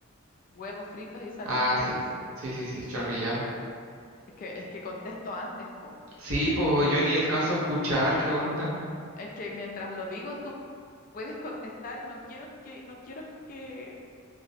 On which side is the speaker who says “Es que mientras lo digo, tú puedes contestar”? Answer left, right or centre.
Left